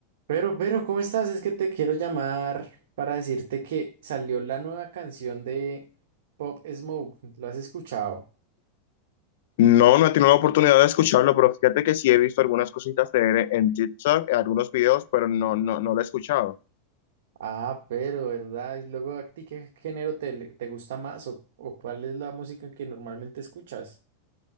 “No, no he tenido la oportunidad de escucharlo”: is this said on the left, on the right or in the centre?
Left